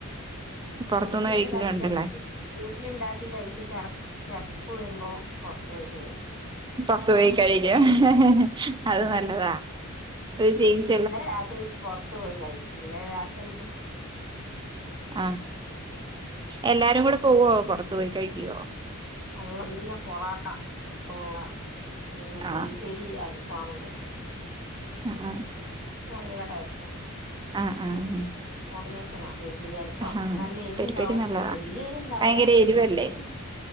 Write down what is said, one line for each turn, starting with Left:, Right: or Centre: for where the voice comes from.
Right: പുറത്തുന്ന്
Left: വീട്ടില്
Right: കഴിക്കലുണ്ടല്ലേ
Left: ഉണ്ടാക്കി കയിച്ച് വീട്ടിലുണ്ടാക്കി കഴിച്ച് ചട ചടപ്പ് വരുമ്പോ പുറത്ത് പോയിട്ട് കഴിക്കും
Right: പൊറത്തു പോയി കഴിക്കും അത്
Left: ആ
Right: നല്ലതാ ഒരു ചെയ്ഞ്ച്
Left: ഇന്നലെ രാത്രി പൊറത്ത് പോയി കഴിച്ചു ഇന്നലെ രാത്രി
Right: ആഹ് എല്ലാരും കൂടെ പോവോ പൊറത്തു പോയി കഴിക്കോ
Left: നല്ല ഇഞ്ഞ പൊറാട്ട ഓഹ് പിന്നെ പെരി
Right: ആഹ്
Left: പെരി അൽഫാമും കഴിച്ചു
Right: ആഹ് ആഹ്
Left: നല്ല ടേസ്റ്റാ
Right: ആഹ് ആഹ് ആഹ്
Left: കോമ്പിനേഷനാ പെരി പെരി അൽഫ് പ്പം
Right: ആഹ്
Left: നല്ല എരു
Right: പെരിപ്പരി
Left: ഉണ്ടാവും
Right: നല്ലതാ
Left: വല്യ എരുവുണ്ടാവൂല
Right: ഭയങ്കര എരിവല്ലേ
Left: വല്യ എരുണ്ടാ